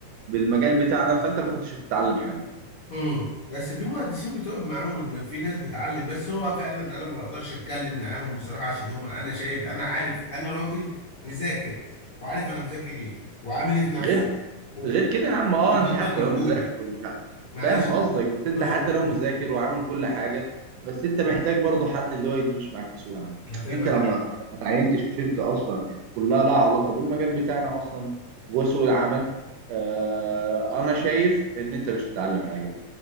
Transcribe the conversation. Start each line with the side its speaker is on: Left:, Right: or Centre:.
Right: بالمجال بتاعنا فأنت ما كنتش هتتعلم حاجة
Left: امم بس في مهندسين بتقعد معاهم ان في ناس بتعلم بس هو فعلا انا ما بقدرش اتكلم معاهم بصراحه عشان هم انا شايف انا عارف انا راجل مذاكر وعارف انا مذاكر ايه وعامل ايه في نفسي
Right: غير
Left: و-
Right: غير كده يا عم أه
Left: ومقدر
Right: أنت حتى
Left: مجهودي
Right: لو مذاكر ومش ع-
Left: معلش
Right: فاهم قصدك
Left: بقى
Right: بس أنت
Left: بص
Right: حتى
Left: بص
Right: لو
Left: بص
Right: مذاكر وعامل كل حاجة بس أنت محتاج برضه حد اللي هو يدوس معاك في سوق العمل
Left: هفهمك
Right: أنت لو
Left: حاجه
Right: ما ما اتعينتش في شركة أصلا كلها لها علاقة بالمجال بتاعنا أصلا جوه سوق العمل آه... أنا شايف إن أنت مش هتتعلم حاجة